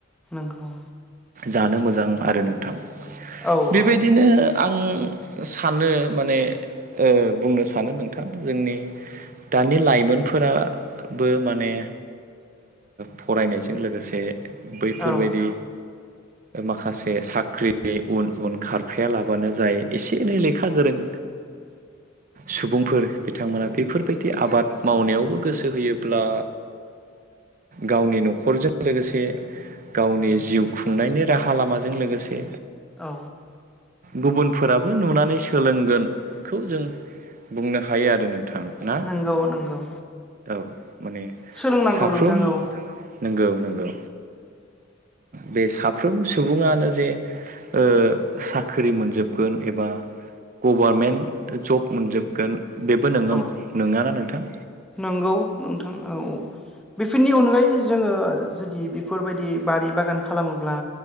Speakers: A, in the centre; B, on the right.
A: नंगौ
B: जानो मोजां आरो नोंथां
A: औ
B: बेबायदिनो
A: औ
B: आं सानो माने बुंनो सानो नोंथां जोंनि दानि लाइमोनफोराबो माने फरायनायजों लोगोसे बैफोरबायदि
A: औ
B: माखासे साख्रिनि उन उन खारफायालाबो बानो जाय एसे एनै लेखा गोरों सुबुंफोर बिथांमोना बेफोरबायदि आबाद मावनायावबो गोसो होयोब्ला गावनि न'खरजों लोगोसे गावनि जिउ खुंनायनि राहा लामाजों लोगोसे
A: औ
B: गुबुनफोराबो नुनानै सोलोंगोनखौ जों बुंनो हायो आरो नों नोंथां ना
A: नंगौ नंगौ
B: औ माने
A: सोलोंनांगौ
B: साफ्रोम
A: नोंथां औ
B: नंगौ नंगौ बे साफ्रोम सुबुङानो जे साख्रि साख्रि मोनजोबगोन एबा गभारमेन्ट जब मोनजोबगोन बेबो नोंगं
A: औ
B: नङा ना नोंथां
A: नंगौ नोंथां औ बेफोरनि अनगायै जोङो जुदि बेफोरबायदि बारि बागान खालामोब्ला